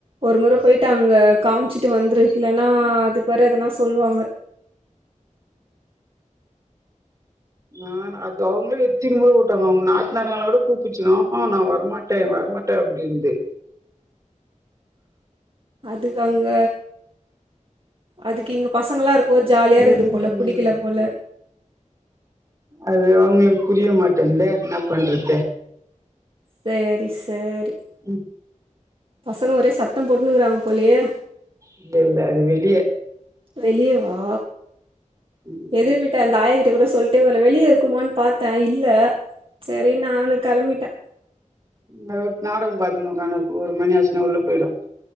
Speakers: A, on the right (about 45°); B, on the right (about 25°).
A: ஒரு முற போயிட்டு அங்க காமிச்சுட்டு வந்துரு இல்லன்னா அதுக்கு வேற எதனா சொல்லுவாங்க
B: நான் ஆஹ அது அவங்களும் எத்தின் போட்டாங்க அவங்க நாத்த நேர நாளோட கூப்பிச்சுக்கஹ நான் வரமாட்டேன் வரமாட்டேன் அப்படிங்கூது
A: அதுக்கு அங்க அதுக்கு இங்க பசங்களாம் இருக்கோ ஜாலியா இருக்குது
B: ம்
A: போல புடிக்கல போல
B: அது அவங்களுக்கு புரிய மாட்டேந்த என்ன பண்றது
A: சரி சரி
B: ம்
A: பசங்க ஒரே சத்தம் போட்டுன்னுங்கிறாங்க போலேயே
B: இல்ல இல்ல அது வெளியே
A: வெளியே வா
B: ம்
A: எதிர்விட்ட அந்த ஆயங்க கூட சொல்லிட்டே ஒரு வெளியே இருக்குமனு பார்த்தே இல்ல சரி நான்னு கிளம்பிட்டே
B: ம் ஒரு நாடகம் பாரத்துன்னு உக்கானனு இருக்கும் ஒரு மணிச்சுன்னா உள்ள போயிடும்